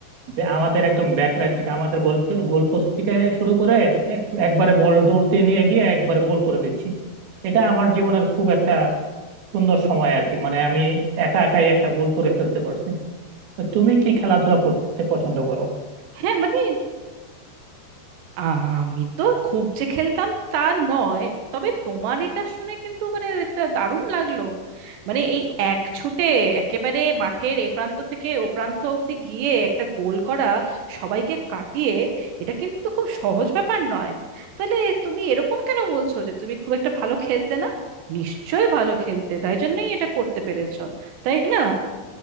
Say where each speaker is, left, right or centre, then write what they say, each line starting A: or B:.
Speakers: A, on the right; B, on the right.
A: বে- আমাদের একদম ব্যাক লাইন থেকে আমাদের গোল গোল পোস্ট থেকে শুরু করে এক- একবারে বল দৌড় দিয়ে নিয়ে গিয়ে একবারে গোল করে দিচ্ছি এটা আমার জীবনের খুব একটা সুন্দর সময় আর কি মানে আমি একা একাই একটা গোল করে ফেলতে পারছি তো তুমি কি খেলাধুলা করতে পছন্দ করো
B: হ্যাঁ মানে আমি তো খুব যে খেলতাম তা নয় তবে তোমার এটা শুনে কিন্তু মানে এটা দারুণ লাগলো মানে এই এক ছুটে একেবারে মাঠের এ প্রান্ত থেকে ও প্রান্ত অব্দি গিয়ে একটা গোল করা সবাইকে কাটিয়ে এটা কিন্তু খুব সহজ ব্যাপার নয় তাহলে তুমি এরকম কেন বলছো যে তুমি খুব একটা ভালো খেলতে না নিশ্চয়ই ভালো খেলতে তাই জন্যই এটা করতে পেরেছো তাই না